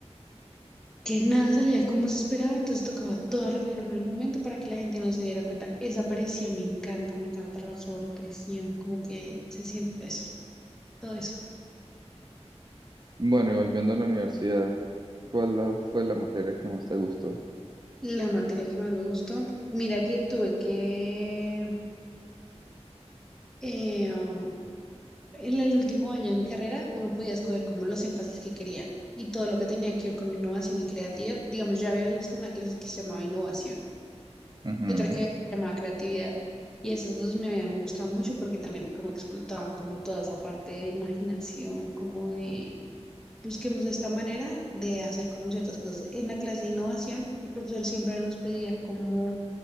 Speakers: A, in the centre; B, on the right (about 40°).
A: que nada salía como se esperaba, entonces tocaba todo arreglarlo en el momento para que la gente no se diera cuenta. Esa presión me encanta, me encanta trabajar sobre presión, como que se siente eso, todo eso.
B: Bueno, y volviendo a la universidad, ¿cuál la- fue la materia que más te gustó?
A: La materia que más me gustó, mira que tuve que, eh, oh, en el último año de mi carrera, uno podía escoger como los énfasis que quería y todo lo que tenía que ver con innovación y creatividad. Digamos, yo había visto una clase que se llamaba innovación
B: Ujú,
A: y otra que se llamaba creatividad. Y esas dos me habían gustado mucho porque también como que explotaban como toda esa parte de imaginación, como de busquemos esta manera de hacer como ciertas cosas. En la clase de innovación, el profesor siempre nos pedía como